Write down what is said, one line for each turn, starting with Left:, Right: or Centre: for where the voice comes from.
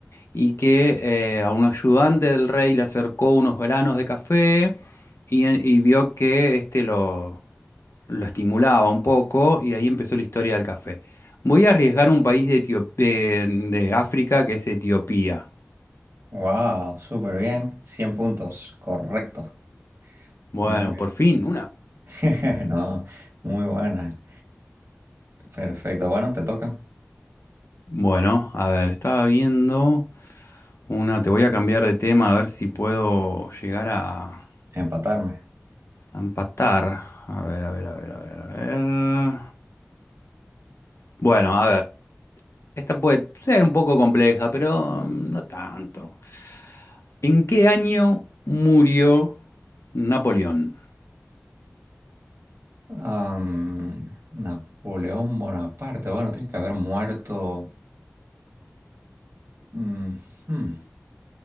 Left: y que eh, a un ayudante del rey le acercó unos granos de café y, y vio que este lo lo estimulaba un poco y ahí empezó la historia del café. Voy a arriesgar un país de, Etio- de, de África que es Etiopía.
Right: Wow, súper bien. cien puntos, correcto.
Left: Bueno,
Right: Muy bien.
Left: por fin, una.
Right: <laughs> No, muy buena. Perfecto. Bueno, te toca
Left: Bueno, a ver, estaba viendo una, te voy a cambiar de tema a ver si puedo llegar a,
Right: empatarme.
Left: a empatar. A ver, a ver, a ver, a ver, a ver. Bueno, a ver, esta puede ser un poco compleja, pero mm, no tanto. ¿En qué año murió Napoleón?
Right: Am, Napoleón Bonaparte, bueno, tiene que haber muerto. mm, hmm,